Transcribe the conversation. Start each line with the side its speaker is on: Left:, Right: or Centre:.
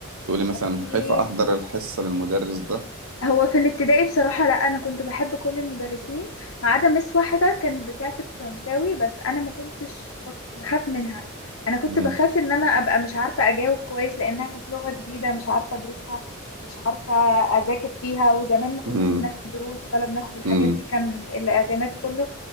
Right: تقولي مثلا
Left: اكيد
Right: خايفة احضر الحصة للمدرس ده
Left: هو في الابتدائي بصراحة لا أنا كنت بحب كل المدرسين ما عدا مس واحدة كانت بتاعة الفرنساوي بس أنا ما كنتش بخاف منها أنا كنت
Right: مم.
Left: بخاف إن أنا أبقى مش عارفة أجاوب كويس لأنها كانت لغة جديدة مش عارفة أدرسها مش عارفة أذاكر فيها وزمان ما كناش
Right: مم.
Left: بناخد دروس ولا بناخد الحاجات
Right: مم.
Left: دي كان الاعتماد كله